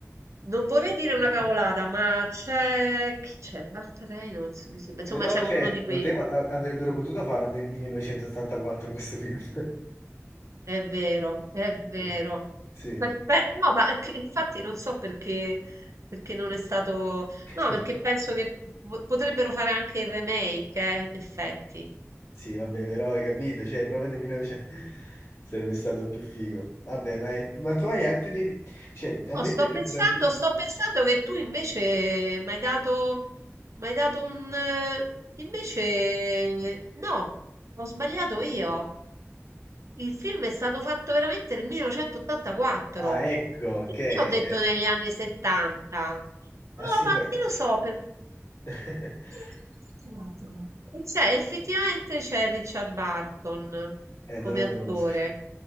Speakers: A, on the right; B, on the left.
A: Non vorrei dire una
B: <laughs>
A: cavolata, ma c'è, chi c'è? Bart Reynolds, mi sembra.
B: Però,
A: Insomma, c'è
B: cioè,
A: uno di quei,
B: potevo- a- avrebbero potuto farlo nel 1984 questo film. <laughs>
A: è vero, è vero.
B: Eh, Sì.
A: Aspe- No, ma che- infatti non so perché, perché non è stato,
B: <laughs>
A: no, perché penso che po- potrebbero fare anche il remake, eh, in effetti.
B: Sì, vabbè, però hai capito, cioè, proprio nel 1900 sarebbe stato più figo. Vabbè, ma, è- ma tu hai altri... Cioè, a me
A: No,
B: è
A: sto
B: piaciuto
A: pensando,
B: tanti...
A: sto pensando che tu invece mi hai dato, m'hai dato un... eh, Invece no, ho sbagliato io. Il film è stato fatto veramente nel 1984.
B: Ah, ecco,
A: Perché
B: ok,
A: ho detto
B: cioè,
A: negli anni 70? No,
B: ma si
A: ma
B: può...
A: che lo so, per...
B: <laughs>
A: 1984. E c'è, effettivamente c'è Richard Barton
B: Eh,
A: come
B: non lo
A: attore.
B: conosco.